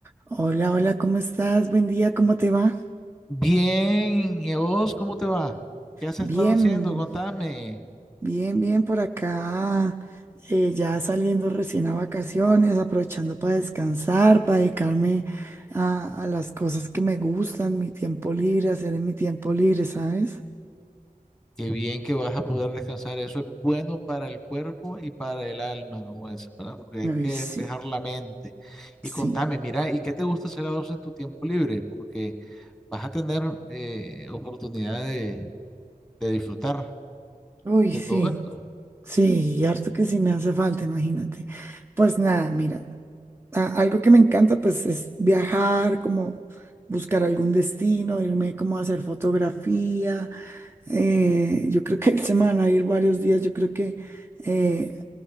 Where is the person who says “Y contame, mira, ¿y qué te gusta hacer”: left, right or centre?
Centre